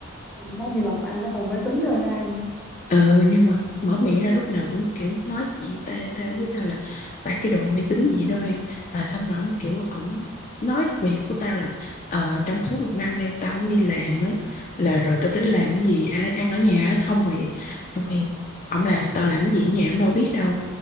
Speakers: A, in the centre; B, on the left.
A: nó đi mà anh nó còn mê tín hơn ai nữa
B: ừ nhưng mà mở miệng ra lúc nào cũng kiểu nói gì ta tao với tao là ba cái đồ máy tính gì đó em à, xong rồi ông kiểu ổng nói việc của tao là ờ, trong suốt một năm nay tao không đi làm á là rồi tao tính làm cái gì ăn, ăn ở nhà á không mà vậy trong khi ổng làm tao làm cái gì ở nhà ổng đâu biết đâu